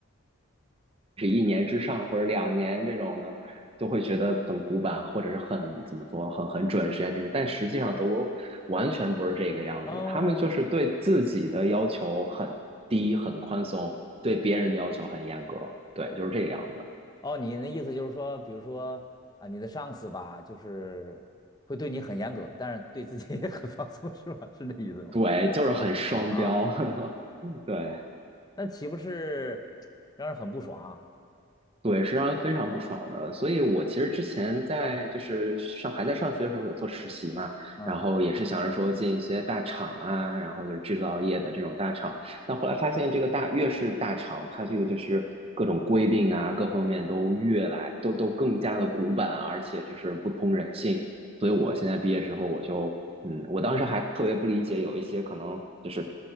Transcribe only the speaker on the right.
是一年之上或者两年这种的，都会觉得很古板，或者是很怎么说，很很准时啊这些。但实际上德国完全不是这个样子，
他们就是对自己的要求很低、很宽松，对别人的要求很严格，对，就是这个样子。
对，就是很双标，
<laughs> 对。
对，是让人非常不爽的。所以我其实之前在就是上还在上学的时候有做实习嘛，
然后也是想着说进一些大厂啊，然后就是制造业的这种大厂。但后来发现这个大越是大厂，它这个就是各种规定啊，各方面都越来都都更加的古板，而且就是不通人性。所以我现在毕业之后，我就嗯，我当时还特别不理解，有一些可能就是